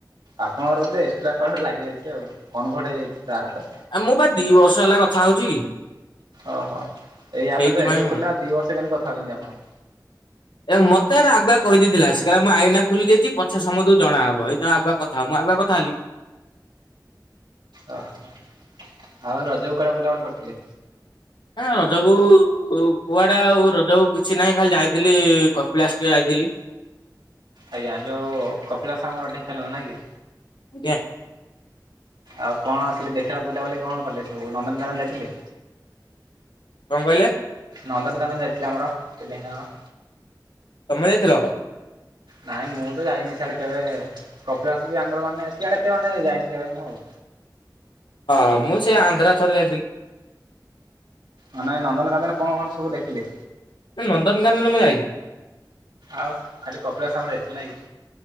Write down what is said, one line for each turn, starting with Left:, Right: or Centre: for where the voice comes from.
Right: ଆପଣଙ୍କର ବୋଧେ ଏକ୍ସଟ୍ରା କୁଆଡେ ଗୋଟେ ଲାଗିଯାଇଛି ଆଉ। କନଭର୍ଟ ହେଇଯାଇଛି ତା ସହିତ।
Left: ଆ ମୁଁ ବା ଦି ବର୍ଷ ହେଲା କଥା ହଉଛି।
Right: ଓହୋ। ଏଇ ଆପଟା
Left: ସେଇଥିପାଇଁ
Right: ତ ଏବେ ଖୋଲିଲା, ଆଉ ଦି ବର୍ଷ କେନ୍ତି କଥା ହଉଛନ୍ତି ଆପଣ?
Left: ଏ ମତେ ଏଇରା ଆଗୁଆ କହିଦେଇଥିଲା। ସେ କହିଲା ମୁଁ ଆଇନା ଖୋଲି ଦେଇଛି, ପଛେ ସମତଙ୍କୁ ଜଣାହବ। ସେଇଥିପାଇଁ ଆଗୁଆ କ ଥା ହବ, ମୁଁ ଆଗୁଆ କଥା ହେଲି।
Right: ଓହୋ। ଆଉ ରଜକୁ କୁଆଡେ ବୁଲାବୁଲି କରିଥିଲେ?
Left: ହଁ ରଜକୁ ଉ କୁଆଡେ ଆଉ ରଜକୁ କିଛି ନାହିଁ ଖାଲି ଯାଇଥିଲି କପିଳାସ ଟିକେ ଯାଇଥିଲି।
Right: ଆଜ୍ଞା। ଯୋଉ କପିଳାସ ଆମର ଢେଙ୍କାନାଳ ନାଇ କି?
Left: ଆଜ୍ଞା।
Right: ଆଉ କଣ ସେଠି ଦେଖିଲା ବୁଲାବୁଲି କଣ କଲେ ସବୁ, ନନ୍ଦନକାନନ ଯାଇଥିଲେ?
Left: କଣ କହିଲେ?
Right: ନନ୍ଦନକାନନ ଯାଇଥିଲେ ଆମର, ସେ ଢେଙ୍କାନାଳ।
Left: ତମେ ଯାଇଥିଲ?
Right: ନାଇଁ ମୁଁ ତ ଯାଇନି ସିଆଡେ କେବେ, କପିଳାସ ବି ଆମର ମାନେ ସିଆଡେ ଏତେ ମାନେ ଯାଇନି କେବେ ମୁଁ ଆଉ।
Left: ହ ମୁଁ ସେ ଆନ୍ଧ୍ରା ଥରେ ଯାଇଥିଲି।
Right: ମାନେ ନନ୍ଦନକାନନ କଣ କଣ ସବୁ ଦେଖିଲେ?
Left: ନନ୍ଦନକାନନ ମୁଁ ଯାଇନି।
Right: ଆଉ ଖାଲି କପିଳାସ ଆମ ଯାଇଥିଲେ ନାଇଁ କି?